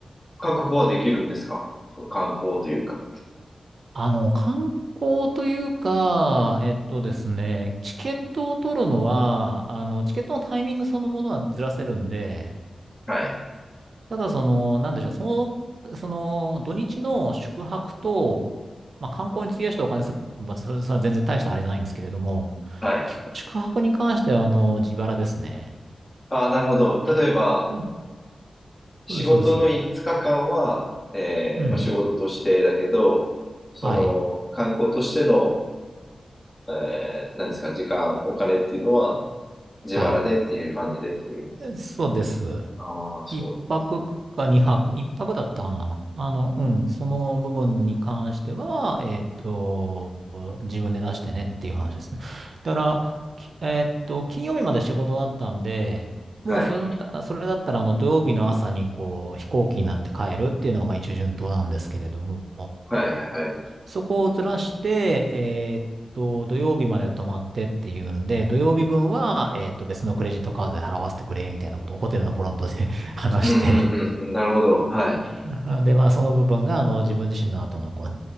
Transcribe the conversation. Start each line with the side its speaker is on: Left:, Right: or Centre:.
Left: 確保はできるんですかそう、観光というか。
Right: あの、観光というか、えっとですね、チケットを取るのは、あの、チケットのタイミングそのものはずらせるんで、
Left: はい。
Right: ただその、なんでしょう、その、その、土日の宿泊と、まあ、観光に費やしたお金さ、まばそれ、それは全然大したあれじゃないんですけれども、
Left: はい。
Right: 基本宿泊に関しては、あの、自腹ですね。
Left: ああ、なるほど。例えば、
Right: うん
Left: 仕事の5日間は、
Right: そうです、そうです。
Left: えーまあ、
Right: うん。
Left: 仕事としてだけど、その観光としての、
Right: はい。
Left: えー、何ですか、時間、お金っていうのは自腹でっていう感じでっていう意味ですね。
Right: はい。そうです。
Left: ああ、そう
Right: 一泊か二泊、一泊だったかな。あの、うん、その部分に関しては、えっと、自分で出してねっていう話ですね。だから、きえっと、金曜日まで仕事だったんで、もうそれだった、
Left: だ。はい。
Right: それだったら、あの、土曜日の朝に、こう、飛行機になって帰るっていうのが、まあ、一応順当なんですけれども、
Left: はい、はい。
Right: そこをずらして、えっと、土曜日まで泊まってっていうんで、土曜日分は、えっと、別のクレジットカードで払わせてくれ、みたいなことをホテルのフロントで <laughs> 話して
Left: うん、うん、うん、うんなるほど。はい。
Right: なので、まあ、その部分が、あの、自分自身の後の、この